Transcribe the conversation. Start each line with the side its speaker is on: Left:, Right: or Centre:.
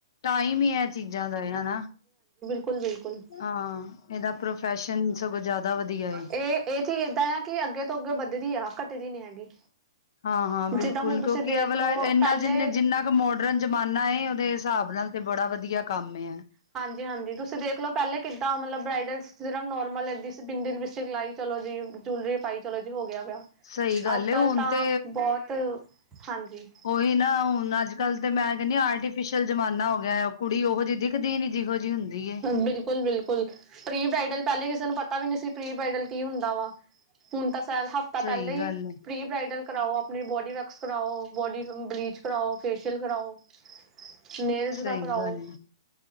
Left: ਟਾਈਮ ਹੀ ਹੈ ਚੀਜ਼ਾਂ ਦਾ ਹਨਾ
Right: ਬਿਲਕੁਲ-ਬਿਲਕੁਲ
Left: ਹਾਂ ਇਹਦਾ ਪ੍ਰੋਫੈਸ਼ਨ ਸਗੋਂ ਜ਼ਿਆਦਾ ਵਧੀਆ ਹੈ
Right: ਇਹ ਇਹ ਚੀਜ਼ ਏਦਾਂ ਆ ਕਿ ਅੱਗੇ ਤੋਂ ਅੱਗੇ ਵੱਧਦੀ ਆ ਘੱਟਦੀ ਨੀ ਹੈਗੀ
Left: ਹਾਂ ਹਾਂ ਬਿਲਕੁਲ
Right: ਜਿੱਦਾਂ ਹੁਣ ਤੁਸੀਂ
Left: ਕਿਉਂਕਿ
Right: ਦੇਖ
Left: ਅ
Right: ਲਓ
Left: ਇਨਾ
Right: ਪਹਿਲੇ
Left: ਜਿੰ ਜਿੰਨਾ ਕੁ ਮੋਡਰਨ ਜਮਾਨਾ ਓਦੇ ਹਿਸਾਬ ਨਾਲ ਤੇ ਬੜਾ ਵਧਆ ਕੰਮ ਆ
Right: ਜੀ ਹਾਂਜੀ ਤੁਸੀਂ ਦੇਖਲੋ ਪਹਿਲੇ ਕਿੱਦਾਂ ਮਤਲਬ ਬ੍ਰਾਈਡਲਿਰਾਾ ਨੋਰਮਲ ਏ ਬਿੰਡਲ ਲਿਪਸਟਿਕ ਲਾਈ ਚਲੋ ਜੀ ਜੂਲਰੀ ਪਾਈ ਚਲੋ ਜੀ ਹੋ ਗਿਆ ਵਿਆਹ
Left: ਸਹੀ ਗੱਲ
Right: ਅੱਜ ਕੱਲ
Left: ਹੁਣ
Right: ਤਾਂ
Left: ਤੇ
Right: ਬਹੁਤ ਹਾਂਜੀ
Left: ਉਹੀ ਨਾ ਹੁਣ ਅੱਜ ਕੱਲ ਤੇ ਮੈਂ ਕਹਿੰਦੀ ਆਰਟੀਫਿਸ਼ਲ ਜਮਾਨਾ ਹੋ ਗਿਆ ਕੁੜੀ ਉਹੋ ਜਿਹੀ ਦਿਖਦੀ ਨੀ ਜਿਹੋ ਜਿਹੀ ਹੁੰਦੀ ਹੈ
Right: ਬਿਲਕੁਲ ਬਿਲਕੁਲ ਪ੍ਰੀ ਬ੍ਰਾਈਡਲ ਪਹਿਲੇ ਕਿਸੇ ਨੂੰ ਪਤਾ ਵੀ ਨਹੀਂ ਸੀ ਪ੍ਰੀ ਬ੍ਰਾਈਡਲ ਕੀ ਹੁੰਦਾ ਵਾ ਹੁਣ ਤਾਂ ਹਫ਼ਤਾ ਪਹਿਲਾਂ
Left: ਸਹੀ
Right: ਹੀ
Left: ਗੱਲ ਏ
Right: ਪ੍ਰੀ ਬ੍ਰਾਈਡਲ ਕਰਾਓ ਆਪਣੀ ਬੋਡੀ ਵਕ ਵਕਸ ਕਰਵਾਓ ਬੋਡੀ ਬਲੀਚ ਕਰਾਓ ਫੇਸ਼ੀਅਲ ਕਰਾਓ ਨੇਲਜ਼ ਦਾ
Left: ਸਹੀ
Right: ਕਰਾਓ
Left: ਗੱਲ ਏ